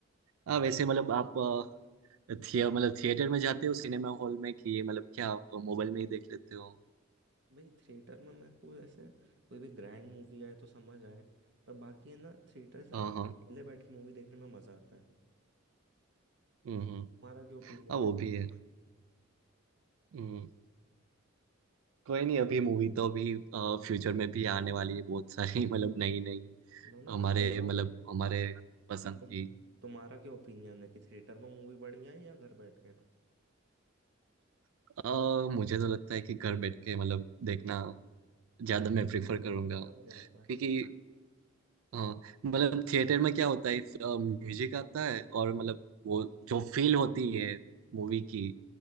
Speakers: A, on the right; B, on the right.
A: हाँ वैसे मतलब आप अ, थिए मतलब थिएटर में जाते हो सिनेमा हॉल में कि ये मतलब क्या आप मोबाइल में ही देख लेते हो
B: भाई थिएटर में मेरे को ऐसे कोई भी ग्रैंड मूवी आए तो समझ आए पर बाकी है ना थिएटर से ज़्यादा
A: हाँ हाँ
B: अकेले बैठ के मूवी देखने में मज़ा आता है
A: हम्म हम्म।
B: तुम्हारा क्या ओपिनियन
A: हाँ वो
B: है
A: भी है हम्म कोई नहीं अभी मूवी तो अभी फ्यूचर में भी आने वाली है बहुत सारी <laughs> मतलब नई नई
B: ना ना
A: हमारे
B: मैं बोल रहा
A: मतलब
B: हूँ
A: हमारे पसंद
B: कि तुम
A: की
B: तुम्हारा क्या ओपिनियन है कि थिएटर में मूवी बढ़िया है या घर बैठ के
A: अ, मुझे तो लगता है कि घर बैठ के मतलब देखना ज्यादा
B: वो
A: मैं
B: तो
A: प्रेफर
B: घर
A: करूंगा
B: में ज़्यादा मज़ा आता है
A: क्योंकि अ, मतलब थिएटर में क्या होता है म्यूजिक आता है और मतलब वो जो फील होती है मूवी की